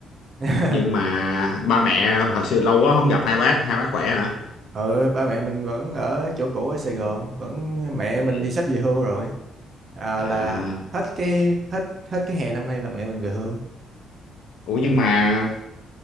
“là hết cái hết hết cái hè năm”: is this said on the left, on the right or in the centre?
Right